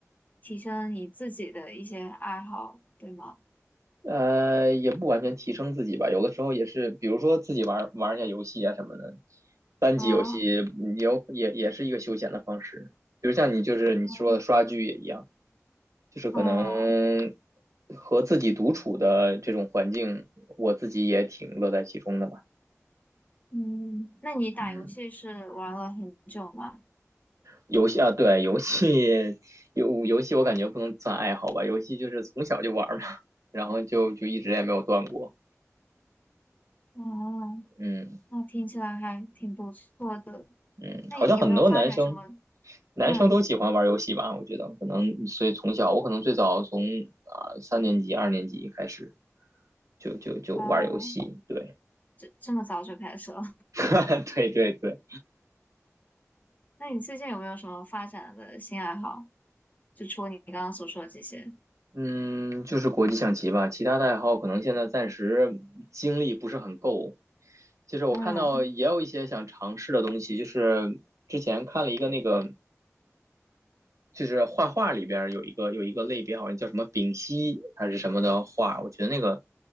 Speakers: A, on the left (about 30°); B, on the right (about 75°).
A: 提升你自己的一些爱好，对吗？
B: 呃，也不完全提升自己吧，有的时候也是，比如说自己玩玩一下游戏啊什么的，单机游戏也有也也是一个休闲的方式。
A: 啊，
B: 比如像你就是你说的刷剧也一样。
A: 嗯
B: 就是可能
A: 啊，
B: 和自己独处的这种环境，我自己也挺乐在其中的吧。
A: 嗯，那你打游戏是玩了很久吗？
B: 嗯，游戏啊，对，游戏游游戏我感觉不能算爱好吧，游戏就是从小就玩儿嘛，然后就就一直也没有断过。
A: 哦，
B: 嗯
A: 那听起来还挺不错的。
B: 嗯，
A: 那你有没有发展什么？
B: 好像很多男生男生都喜欢玩游戏吧，
A: 嗯，
B: 我觉得可能所以从小我可能最早从啊、三年级、二年级开始就就就玩游戏，
A: 啊，
B: 对
A: 这这么早就开始了？
B: <laughs> 对对对。
A: <laughs> 那你最近有没有什么发展的新爱好？就除了你刚刚所说的这些？
B: 嗯，就是国际象棋吧，其他的爱好可能现在暂时精力不是很够。就是我看到也有一些想尝试的东西，
A: 嗯，
B: 就是之前看了一个那个，就是画画里边儿有一个有一个类别，好像叫什么丙烯还是什么的画，我觉得那个